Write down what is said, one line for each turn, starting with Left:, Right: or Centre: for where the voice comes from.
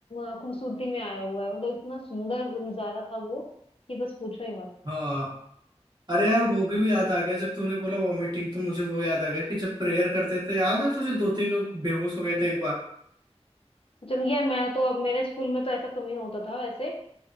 Left: अ, खूबसूरती में आया हुआ है मतलब इतना सुंदर नजारा था वो कि बस पूछो ही मत
Right: हाँ अरे यार वो भी याद आ गया जब तूने बोला वॉमिटिंग तो मुझे वो याद आ गया कि जब प्रेयर करते थे याद है तुझे दो तीन लोग बेहोश हो गए थे एक बार
Left: चलो ये मैं तो अब मेरे स्कूल में तो ऐसा कमी होता था वैसे